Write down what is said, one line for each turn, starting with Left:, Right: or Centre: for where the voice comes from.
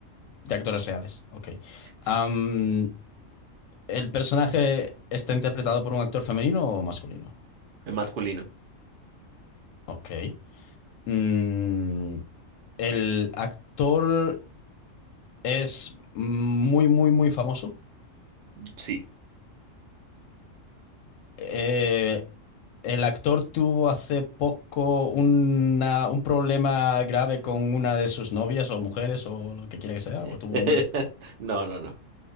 Left: de actores reales. Ok.
Right: Sí.
Left: Am, ¿el personaje está interpretado por un actor femenino o masculino?
Right: Es masculino.
Left: Ok. Mm, El actor es muy, muy, muy famoso.
Right: Sí.
Left: Eh, el actor tuvo hace poco una- un problema grave con una de sus novias o mujeres o lo que quiera que sea.
Right: <laughs>
Left: O tuvo un...
Right: No, no, no.